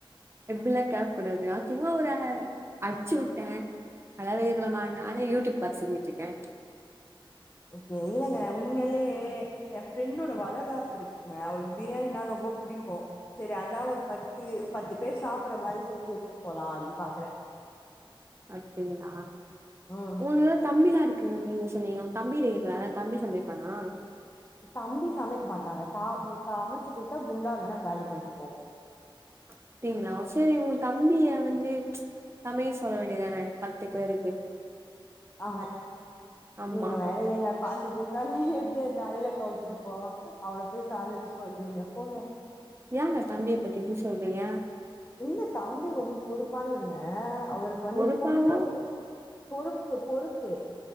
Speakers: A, on the right; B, on the left.
A: அப்டிலாம் கேக்க கூடாது சும்மா ஒரு அடிச்சுவிட்டேன் அதாவது கேக்கலாமா நானே யூடியூப் பாத்து செஞ்சிட்டு இருக்கேன்
B: ஓகே இல்லங்க உண்மையிலே என் ஃப்ரெண்டோட வளகாப்பு இருக்குங்க அவளுக்கு பிரியாணினா ரொம்ப புடிக்கும் சரி அதான் ஒரு பத்து பத்து பேர் சாப்புடுற மாரி செஞ்சு எடுத்துட்டு போலாம் அப்டினு பாக்குறேன்
A: அப்படிங்களா
B: ம்
A: மூணு வேட தம்பிலா இருக் நீங்க சொன்னீங்க உங்க தம்பிட்ட கேக்கலாம்ல தம்பி சமைப்பானா
B: தம்பி சமைக்க மாட்டாங்க சா சமைச்சி குடுத்தா குண்டா வேணா காலி பண்ணிட்டு போவும்
A: அப்டிங்களா சரி உங்க தம்பிய வந்து சமைக்க சொல்ல வேண்டியதானே பத்து பேருக்கு
B: ஆமா
A: ஆமா
B: நீங்க வேற ஏங்க அந்த குண்டானே எடுத்து என் தலைல கவுத்துட்டு போவான் அவன போய் சமைக்க சொல்றீங்க போங்க
A: ஏங்க தம்பியை பத்தி இப்டி சொல்றீங்க
B: ஏங்க தம்பி ரொம்ப பொறுப்பான வருங்க அவருக்கு வந்து
A: பொறுப்பாவா
B: குறும்போத்து பொறுப்பு பொறுப்பு